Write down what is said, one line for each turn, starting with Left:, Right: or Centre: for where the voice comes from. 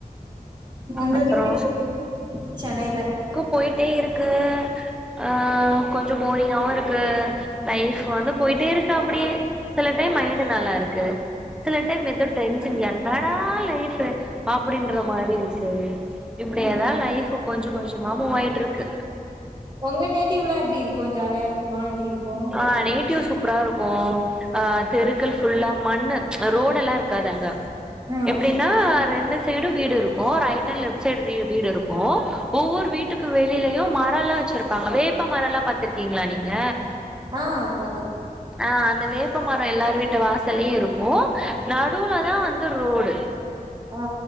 Right: உங்ளுக்கு
Centre: அப்றோ
Right: எப்டி போ சென்னைல
Centre: போய்ட்டே இருக்கு ஆ கொஞ்சோ போரிங்காவுருக்கு லைஃப் வந்து போயிட்டே இருக்கு அப்படியே சில டைம் மைண்டு நல்லாருக்கு சில டைம் எதோ டென்ஷன் என்னடா லைஃப்பு ஆப்டின்ற மாரி இருக்கு இப்டேதா லைஃப்பு கொஞ்சோ கொஞ்சமா மூ ஆய்ட்ருக்கு
Right: உங்க நேட்டிவ்லா எப்டி இருக்கு ஜாலியா இருக்குமா எப்டி இருக்கு
Centre: ஆ நேட்டிவ் சூப்பராருக்கு ஆ தெருக்கள் ஃபுல்லா மண்ணு ம்ச் ரோடல்லா இருக்காது அங்க
Right: ஆ
Centre: எப்டின்னா ரெண்டு சைடு வீடு இருக்கு ரைட் அண் லெஃப்ட் சைட் வீ வீடிருக்கு ஒவ்வொரு வீட்டுக்கு வெளிலயு மரோல்லா வெச்சிருப்பாங்க வேப்ப மரோல்லா பாத்திருக்கீங்ளா நீங்க
Right: ஆ பாத்திருக்கே
Centre: ஆ அந்த வேப்பமரோ எல்லார் வீட்டு வாசல்யு இருக்கு நடுவ்லதா வந் து ரோடு
Right: ஆ